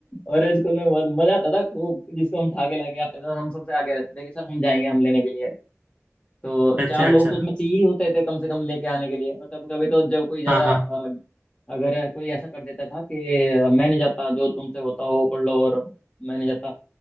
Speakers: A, on the left (about 25°); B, on the right (about 35°).
A: और स्कूल में बहुत मजा आता था खूब जिसको हम ठा के लाके आते थे हम सबसे आगे रहते थे कि सर हम जाएंगे हम लेने के लिए तो
B: अच्छा
A: चार लोग
B: अच्छा
A: तो
B: अच्छा।
A: उसमें चाहिए होते थे कम से कम लेके आने के लिए और कभी कभी तो जब कोई ज्यादा
B: हाँ हाँ
A: अ, अगर कोई ऐसा कर देता था कि मैं नहीं जाता जो तुमसे होता हो वो कर लो और मैं नहीं जाता